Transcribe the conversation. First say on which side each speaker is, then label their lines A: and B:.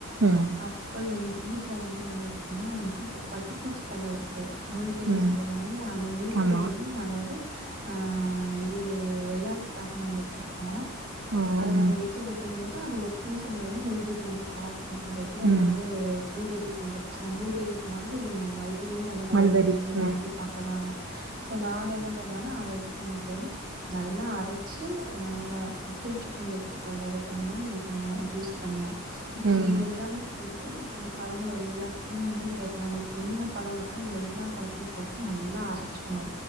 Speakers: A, on the right; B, on the right.
A: ம்
B: அப்புறோ எங்க வீட்ல வந்து என்னருக்குன்னா வந் து இந்த பட்டுப்பூச்சி தலருக்கு முல்பெறி
A: ம்
B: சொல்லுவோல்ல அந்த முல்பறி
A: ஆமா
B: வந்து நாங்க வந்து ஆ இது வெள்ளாட்டுக்காக நாங்க வச்சிருக்கோ
A: ஓ
B: அத
A: ம்
B: நாங்க வெட்டி வெட் ட்டும் போது அது ஒரு சீசன்ல வந்து முல்பறி வந்து காய்க்கு நறைய பேர் அத
A: ம்
B: வந்து ப்ளூபெரிஸ் வந்து ஆ ப்ளூபெரிஸ் மாரி இது மல்பெரியு வந்து நறைய
A: மல்பெரி
B: பேர் வந்து வாங்கி
A: ம்
B: சாப் பர்றாங்க சோ நாங்க என்ன பண்ணுவோன்னா அத இது பண்ணிட்டு நல்லா அரைச்சு ஆ வ பில்டர் பண்ணி எடுத்துக்குவே வெத தனியா இது தனியா ஜூசு தனியா இப்ப
A: ம்
B: இது எல்லாமே போட்டு இப்ப இந்த பழங்கள் எல்லாத்தையு வந்து வேற நம்மளுக்கு என்னென்ன பழோருக்கோ எல்லா பழத்தையும் போட்டு நல்லா அரைச் சுக்கனு